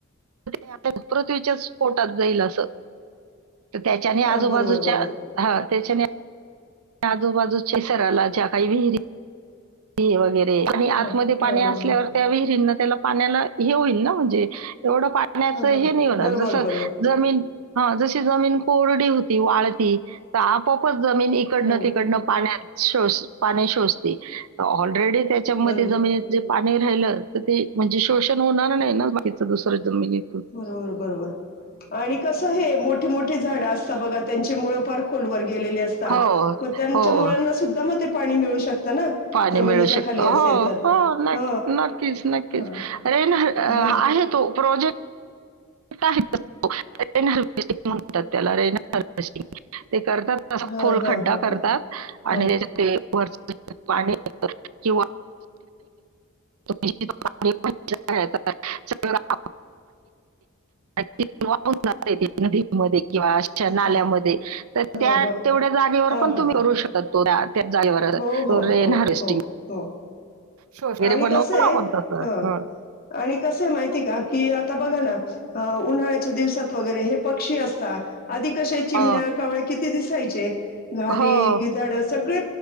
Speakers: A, on the right; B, on the left.
A: <unintelligible> पृथ्वीच्या पोटात जाईल असं. तर त्याच्याने आजूबाजूच्या
B: हा बरोबर बरोबर
A: ह त्याच्याने आजूबाजूच्या सरला ज्या काही विहिरी त वगैरे आणि
B: हा
A: आतमध्ये पाणी
B: हा
A: असल्यावर
B: हा हा
A: त्या विहिरींना त्याला पाण्याला हे होईल ना म्हणजे एवढं पाण्याचं
B: हा
A: हे
B: बरोबर
A: नाही होणार
B: बरोबर
A: जस
B: बरोबर
A: जमीन हा जशी जमीन कोरडी होती वाळती तर आपापच जमीन एक इकडनं
B: हो
A: पाण्यात शोष -पाणी शोषते. ऑलरेडी त्याच्यामध्ये
B: बरोबर
A: जमीन जे पाणी राहिलं, तर ते म्हणजे शोषण होणार नाही ना बाकीच दुसरं जमिनी
B: बरोबर बरोबर. आणि कसं हे मोठी मोठी झाडं असतात बघा त्यांचे मुळ पार खोलवर गेलेले असतात
A: हो,
B: मग त्यांच्या
A: हो.
B: मुलांना सुद्धा मग ते पाणी मिळू शकत ना.
A: पाणी
B: जमिनीच्या
A: मिळू शकत
B: खाली
A: हो
B: असेल तर
A: हो. नाही.
B: ह
A: नक्कीच नक्कीच.
B: ह
A: रेन आहे
B: ह
A: तो प्रोजेक्ट. <unintelligible> म्हणतात त्याला रेनहर्बासटिंग ते करतात.
B: ह
A: खोलखड्डा
B: ह ह ह
A: करतात
B: ह हो
A: आणि ते वर <unintelligible> पाणी किंवा <unintelligible> पीक वाहून जाते ते नदीमध्ये किंवा असे अच्छा
B: ह
A: नाल्यामध्ये
B: ह
A: तर
B: ह
A: त्या तेवढ्या जागेवर
B: ह
A: पण
B: ह
A: तुम्ही
B: ह
A: करू शकतो. त्यात त्याच जागेवर
B: हो हो
A: रेन
B: हो
A: हार्वेस्टिंग.
B: हो हो
A: शो वगैरे
B: आणि
A: बनवतो
B: कस आहे
A: ना आपण तसं.
B: ह
A: हा.
B: आणि कसं आहे माहिती का? कि आता बघा ना, उन्हाळ्याच्या दिवसात वगैरे हे पक्षी असतात आधी कसे चिमण्या,
A: अ,
B: कावळे किती दिसायचे. घारी,
A: हो.
B: गिधाड सगळे